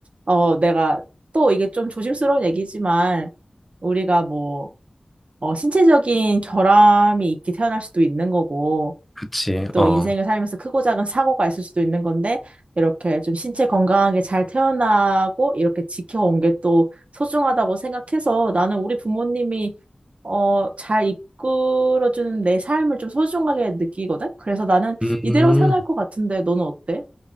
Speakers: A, on the right; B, in the centre.
A: 어, 내가 또 이게 좀 조심스러운 얘기지만, 우리가 뭐, 어, 신체적인 결함이 있게 태어날 수도 있는 거고,
B: 그치.
A: 또
B: 어.
A: 인생을 살면서 크고 작은 사고가 있을 수도 있는 건데, 이렇게 좀 신체 건강하게 잘 태어나고, 이렇게 지켜온 게 또 소중하다고 생각해서 나는 우리 부모님이, 어, 잘 이끌어주는 내 삶을 좀 소중하게 느끼거든? 그래서 나는
B: 음.
A: 이대로 태어날 것 같은데, 너는 어때?